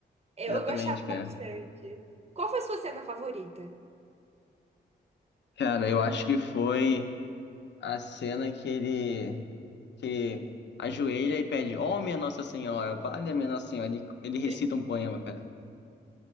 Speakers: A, on the right; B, on the left.
A: Eu,
B: exatamente,
A: eu gostava
B: cara.
A: bastante. Qual foi a sua cena favorita?
B: Cara, eu acho que foi a cena que ele que ajoelha e pede, ó, minha Nossa Senhora, valha minha Nossa Senhora. Ele, ele recita
A: <laughs>
B: um poema, cara.